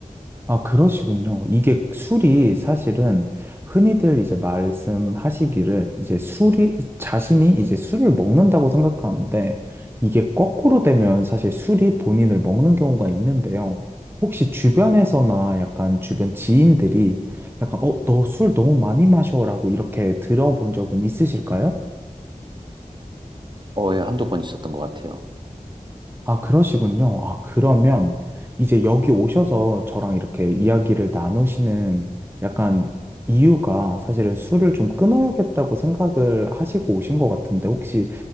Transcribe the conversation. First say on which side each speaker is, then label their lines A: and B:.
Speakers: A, on the right (about 15°); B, on the right (about 35°).
A: 아, 그러시군요. 이게 술이 사실은 흔히들 이제 말씀하시기를 이제 술이, 자신이 이제 술을 먹는다고 생각하는데 이게 거꾸로 되면 사실 술이 본인을 먹는 경우가 있는데요. 혹시 주변에서나 약간 주변 지인들이 약간, 어, 너 술 너무 많이 마셔라고 이렇게 들어본 적은 있으실까요?
B: 거의 한두 번 있었던 것 같아요.
A: 아, 그러시군요. 아, 그러면 이제 여기 오셔서 저랑 이렇게 이야기를 나누시는 약간 이유가 사실은 술을 좀 끊어야겠다고 생각을 하시고 오신 것 같은데 혹시